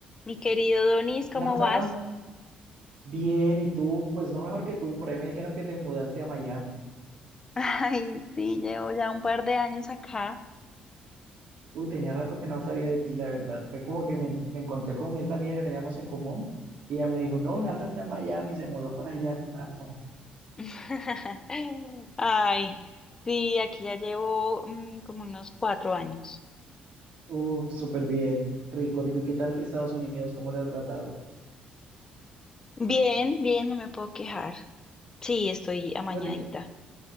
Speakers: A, on the left; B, on the right.
A: Mi querido Donis, ¿cómo
B: Nata,
A: vas?
B: bien, y tú, pues no mejor que tú, por ahí me dijeron que te mudaste a Miami.
A: <laughs> Ay, sí, llevo ya un par de años acá.
B: Uy, tenía rato que no sabía de ti, la verdad. Fue como que me, me encontré con esta amiga que teníamos en común y ella me dijo, no, Nata está en Miami, se mudó para allá hace rato.
A: <laughs> Ay, sí, aquí ya llevo mm, como unos cuatro años.
B: Uf, súper bien, rico, rico. ¿Y qué tal Estados Unidos? ¿Cómo te ha tratado?
A: Bien, bien, no me puedo quejar. Sí, estoy amañadita.
B: Bueno, ¿y,